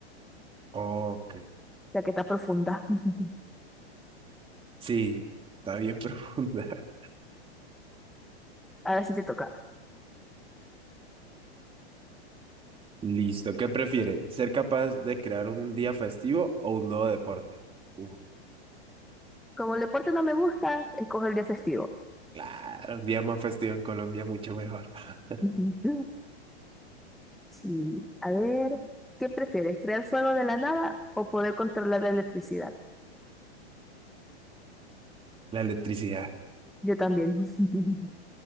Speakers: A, on the right; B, in the centre.
A: Ok.
B: la que está profunda. <laughs>
A: Sí, está bien <laughs> profunda.
B: Ahora sí te toca.
A: Listo, ¿qué prefiere? ¿Ser capaz de crear un día festivo o un nuevo deporte? Uh,
B: Como el deporte no me gusta, escoge el día festivo.
A: claro, un día más festivo en Colombia, mucho mejor. <laughs>
B: <laughs> Ujú. Sí, a ver, ¿qué prefieres? ¿Crear fuego de la nada o poder controlar la electricidad?
A: La electricidad.
B: Yo también. <laughs>